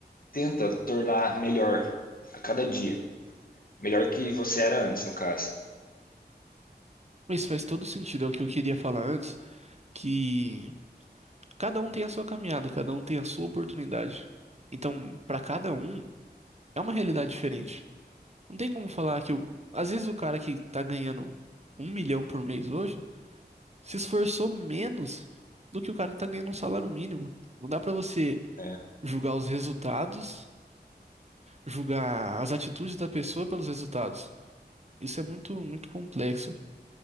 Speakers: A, on the left; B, on the right.
A: tenta tornar melhor a cada dia. Melhor que você era antes, no caso.
B: Mas faz todo sentido, é o que eu queria falar antes, que cada um tem a sua caminhada, cada um tem a sua oportunidade. Então, para cada um, é uma realidade diferente. Não tem como falar que o... às vezes o cara que tá ganhando um milhão por mês hoje se esforçou menos do que o cara que tá ganhando um salário mínimo. Não dá pra você
A: É,
B: julgar os resultados, julgar as atitudes da pessoa pelos resultados. Isso é muito, muito complexo.